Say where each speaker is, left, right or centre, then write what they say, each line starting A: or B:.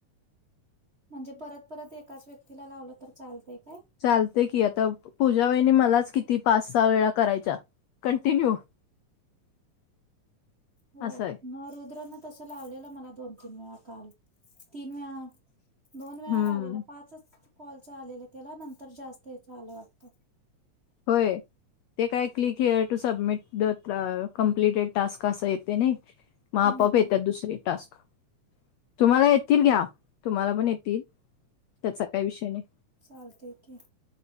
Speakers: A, on the right; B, on the left.
A: म्हणजे परत परत एकाच व्यक्तीला लावलं तर चालतय काय?
B: चालते की आता पूजा वहिनी मलाच किती पाच सहा वेळा करायच्या.. कंटिन्यू
A: होय
B: असं आहे
A: मग रुद्रन तसं लावलेलं मला दोन तीन वेळा काल तीन वेळा दोन वेळा
B: हम्म
A: लावलेला पाचच कॉलच आलेलं त्याला नंतर जास्त याच आलं वाटतं.
B: होय. ते काय click here to submit the completed task असा येते नाही. मग आपआप
A: हम्म
B: येत दुसरी टास्क. तुम्हाला येतील घ्या तुम्हाला पण येतील त्याचा काही विषय नाही.
A: चालतय की